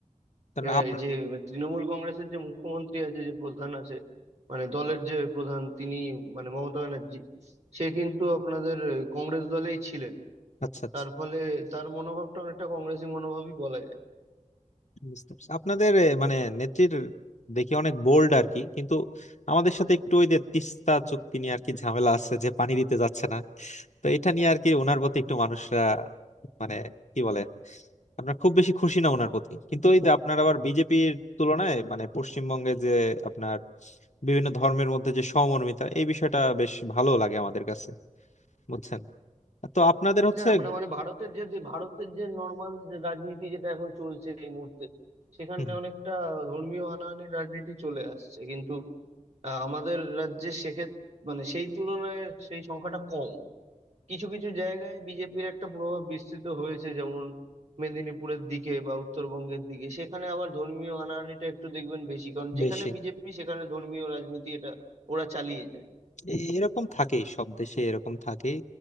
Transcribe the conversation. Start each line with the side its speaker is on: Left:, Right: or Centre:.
Left: তারপর
Right: এবার
Left: আপনার
Right: এই যে তৃণমূল কংগ্রেসের যে মুখ্যমন্ত্রী আছে যে প্রধান আছে মানে দলের যে প্রধান তিনি মানে মমতা ব্যানার্জি সে কিন্তু আপনাদের আহ, কংগ্রেস দলেই ছিলেন
Left: আচ্ছা আচ্ছা
Right: তার ফলে তার মনোভাবটা অনেকটা কংগ্রেসী মনোভাবই বলা যায়
Left: বুঝতে পারছি আপনাদের এ, মানে নেত্রীর দেখি অনেক বোল্ড আর কি কিন্তু আমাদের সাথে একটু ওই যে তিস্তা চুক্তি নিয়ে আর কি ঝামেলা আছে যে পানি দিতে যাচ্ছে না তো এটা নিয়ে আর কি ওনার প্রতি একটু মানুষরা মানে কি বলে আমরা খুব বেশি খুশি না ওনার প্রতি কিন্তু ওই যে আপনার আবার বিজেপির তুলনায় মানে পশ্চিমবঙ্গে যে আপনার বিভিন্ন ধর্মের মধ্যে যে সমমর্মিতা এই বিষয়টা বেশ ভালো লাগে আমাদের কাছে বুঝছেন তো আপনাদের হচ্ছে
Right: হ্যাঁ আমরা মানে ভারতের যে যে ভারতের যে নর্মাল যে রাজনীতি যেটা এখন চলছে এই মুহূর্তে সেখানে
Left: হুম, হুম,
Right: অনেকটা ধর্মীয় হানাহানির রাজনীতি চলে আসছে কিন্তু আহ, আমাদের রাজ্যে সেক্ষেত্রে মানে সেই তুলনায় সেই সংখ্যাটা কম কিছু কিছু জায়গায় বিজেপির একটা প্রভাব বিস্তৃত হয়েছে যেমন মেদিনীপুরের দিকে বা উত্তরবঙ্গের দিকে সেখানে আবার ধর্মীয় হানাহানিটা একটু দেখবেন বেশি কারণ যেখানে
Left: বেশি
Right: বিজেপি সেখানে ধর্মীয় রাজনীতি এটা ওরা চালিয়ে যায়
Left: এ- এরকম থাকেই সব দেশে এরকম থাকেই